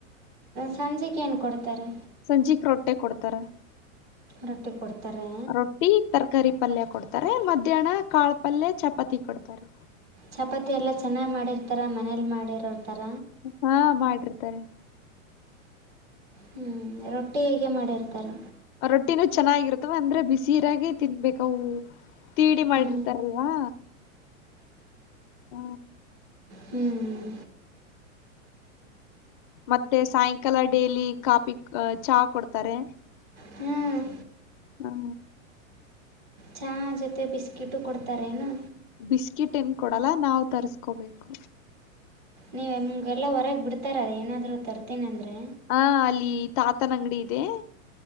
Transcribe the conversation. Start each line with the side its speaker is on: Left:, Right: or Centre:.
Right: ಸಂಜೆಗೆ ಏನು ಕೊಡ್ತಾರೆ?
Left: ಸಂಜಿಕ್ ರೊಟ್ಟೆ ಕೊಡ್ತಾರೆ.
Right: ರೊಟ್ಟಿ ಕೊಡ್ತಾರೆ?
Left: ರೊಟ್ಟಿ ತರಕಾರಿ ಪಲ್ಯ ಕೊಡ್ತಾರೆ, ಮಧ್ಯಾಹ್ನ ಕಾಳ್ ಪಲ್ಯ ಚಪಾತಿ ಕೊಡ್ತಾರೆ.
Right: ಚಪಾತಿ ಎಲ್ಲ ಚೆನ್ನಾಗ್ ಮಾಡಿರ್ತಾರ ಮನೇಲಿ ಮಾಡಿರೊ ತರ?
Left: ಹಾ ಮಾಡಿರ್ತಾರೆ.
Right: ಹ್ಞೂ ರೊಟ್ಟಿ ಹೇಗೆ ಮಾಡಿರ್ತಾರೆ?
Left: ರೊಟ್ಟಿನೂ ಚೆನ್ನಾಗಿರುತ್ತವೆ ಅಂದ್ರೆ ಬಿಸಿಯಿರಾಗೆ ತಿನ್ಬೇಕವು. ತೀಡಿ ಮಾಡಿರ್ತಾರಲ್ವಾ
Right: ಹ್ಞೂ
Left: ಹ.
Right: ಹ್ಮ್
Left: ಮತ್ತೆ ಸಾಯಂಕಾಲ ಡೇಲಿ ಕಾಫಿ ಚಹ ಕೊಡ್ತಾರೆ.
Right: ಹ್ಮ್
Left: ಹ್ಮ
Right: ಚಹ ಜೊತೆ ಬಿಸ್ಕಿಟು ಕೊಡ್ತಾರೆೇನು?
Left: ಬಿಸ್ಕಿಟ್ ಏನ್ ಕೊಡಲ್ಲ ನಾವು ತರ್ಸ್ಕೋಬೇಕು.
Right: ನೀವು ನಿಮ್ಗೆಲ್ಲ ಹೊರಗೆ ಬಿಡ್ತಾರ ಏನಾದ್ರೂ ತರ್ತೀನಿ ಅಂದ್ರೆ?
Left: ಹ ಅಲ್ಲಿ ತಾತನಂಗಡಿ ಇದೆ.